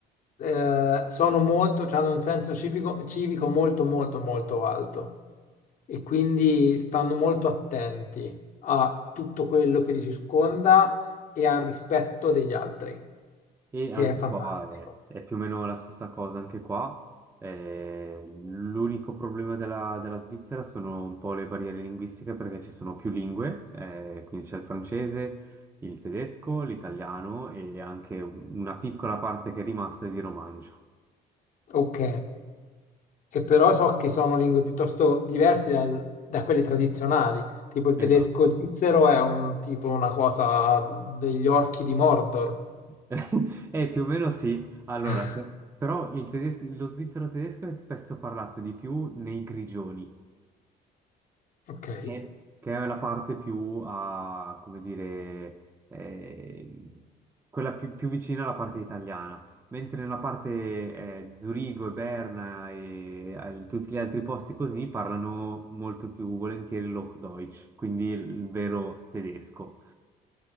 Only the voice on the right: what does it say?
E anche
qua è, è più o meno la stessa cosa, anche qua. Eh, l'unico problema della, della Svizzera sono un po' le barriere linguistiche perché ci sono più lingue, eh, quindi c'è il francese, il tedesco, l'italiano e anche un- una piccola parte che è rimasta è di romancio.
Esatto.
<laughs> Eh, più o meno sì. Allora,
Cioè, però il tedes- lo svizzero tedesco è spesso parlato di più nei grigioni,
che, che è la parte più a, come dire, eh, quella più, più vicina alla parte italiana, mentre nella parte eh, Zurigo e Berna e eh, tutti gli altri posti così parlano molto più volentieri il Hochdeutsch, quindi il vero tedesco.